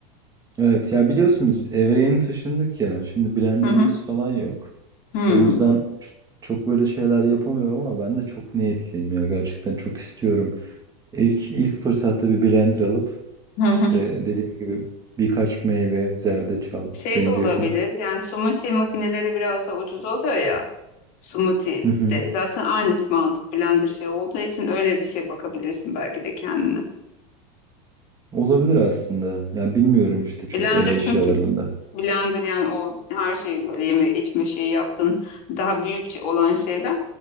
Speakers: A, on the right; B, on the left.
A: Evet ya biliyorsun biz eve yeni taşındık ya. Şimdi blenderımız
B: Hı hı.
A: falan yok.
B: Hı.
A: O yüzden ç- çok böyle şeyler yapamıyorum ama ben de çok niyetliyim ya. Gerçekten çok istiyorum. İlk ilk fırsatta bir blender alıp
B: Hı hı.
A: işte dediğim gibi birkaç meyve, zerdeçal,
B: Şey
A: zencefil.
B: de olabilir yani smoothie makineleri biraz da ucuz oluyor ya smoothie
A: Hı hı.
B: de zaten aynı mantık blender şey olduğu için öyle bir şey bakabilirsin belki de kendine.
A: Olabilir aslında. Ya bilmiyorum işte çok
B: Blender
A: ev eşyalarında.
B: çünkü blender yani o her şeyi böyle yeme içme şeyi yaptığın daha büyükçe olan şeyler